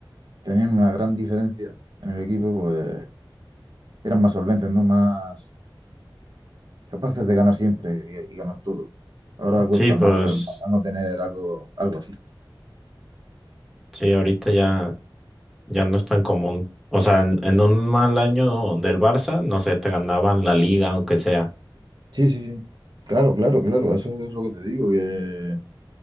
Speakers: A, on the right (about 55°); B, in the centre.
A: tenían una gran diferencia en el equipo, pues eran más solventes, ¿no? Más capaces de ganar siempre y, y ganar todo. Ahora cuesta
B: sí, pues,
A: más al, al no tener algo, algo así.
B: sí, ahorita ya. Ya no es tan común. O sea, en, en un mal año del Barça, no sé, te ganaban la liga, aunque sea.
A: Sí, sí, sí. Claro, claro, claro. Eso es lo que te digo, que,